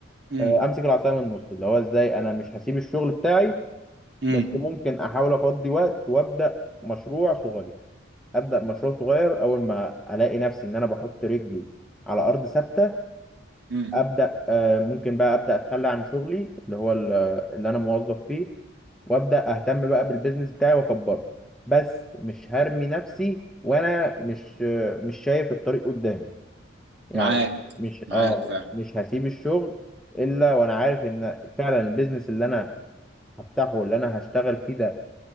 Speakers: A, on the right; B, in the centre.
A: امم
B: آه، امسك العصايه من النص اللي هو ازاي انا مش هسيب الشغل بتاعي
A: امم
B: بس ممكن احاول افضي وقت وابدا مشروع صغير ابدا مشروع صغير اول ما الاقي نفسي ان انا بحط رجلي على ارض ثابته
A: امم
B: ابدا آه، ممكن بقى ابدا اتخلى عن شغلي اللي هو ال- اللي انا موظف فيه وابدا اهتم بقى بالبيزنس بتاعي واكبره بس مش هرمي نفسي وانا مش آه، مش شايف الطريق قدامي يعني
A: معاك
B: مش
A: معاك
B: اه
A: فعلا
B: مش هسيب الشغل الا وانا عارف ان فعلا البيزنس اللي انا هفتحه اللي انا هشتغل فيه ده